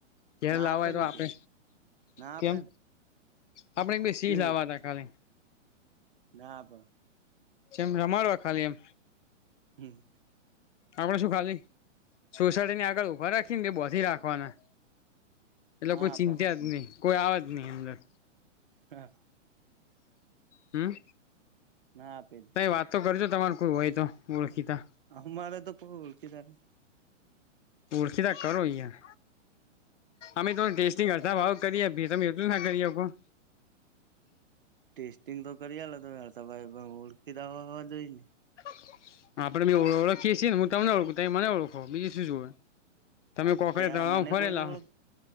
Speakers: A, on the left; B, on the right.
A: ક્યારે
B: ના
A: લાવવા હોય તો
B: ને
A: આપે
B: તે ના આપે
A: કેમ
B: ને
A: આપણે બે સિંહ
B: કેવી
A: લાવવા
B: રીતે
A: ના ખાલી.
B: ના આપ.
A: જેમ રમાડવા ખાલી એમ.
B: હમ્મ.
A: આપણેે શું ખાલી સોસાયટી ને આગળ ઉભા રાખી ને બોધિથી રાખવાના. એ
B: ના
A: લોકો
B: આપે
A: ચિત્યાજ નહી કોઈ આવેજ નઈ અંદર.
B: કહા.
A: હમ્મ.
B: ના આપે.
A: તોયે વાત તો કરજો તમાર કોઈ હોય તો ઓળખીતા.
B: અમારે તો કોઈ ઓળખીતા જ ને
A: ઓળખીતા કરો યાર. અમે તો ટેસ્ટિંગ અડધા ભાવ કરી આપીએ તમે એટલું ના કરિ આપો.
B: ટેસ્ટિંગ તો કરી આલો ઓળખીતા હો હોવા જોઈ ને.
A: <inaudible> હ આપણે બે ઓ ઓળખીએ છીએ હું તમને ઓળખું તમે મને ઓળખો બીજુ શું જોવે. તમે કોકરે
B: ત્યાં
A: તળાવ
B: મને
A: ફરેલા
B: કોઈ નઈ ઓળખ